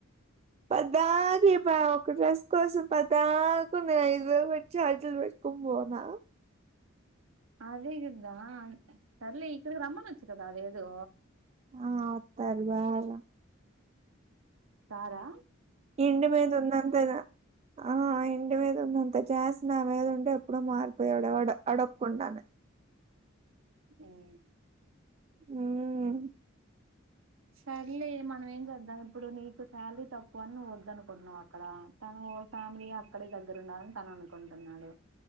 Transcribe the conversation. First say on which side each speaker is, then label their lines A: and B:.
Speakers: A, on the right; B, on the right.
A: పద్దాక ఇప ఒక డ్రెస్ కోసం పదాకు ఉన్నాను ఐదు వేలు పెట్టి ఛార్జలు పెట్ కుంబోనా
B: అదేగదా సర్లే ఇక్కడకి రమ్మన్చ్చు కదా అదేదో
A: ఆ అత్తర్ బగ
B: రరా
A: ఎండ మీదున్నాంతేనా ఆహ ఎండి మీదున్నంన్నంత జాస్ నామేదుంటే ఎప్పుడో మారిపోయె వాడు అడకుండను
B: ఉమ్
A: ఉమ్
B: సర్లే మనం ఏం చేద్దాం ఇప్పుడు నీకు శాలరీ తక్కువని నువ్వు వద్దు అనుకుంటున్నావు అక్కడ తను ఫ్యామిలీ అక్కడే దగ్గర ఉండాలని తన అనుకుంటన్నాడు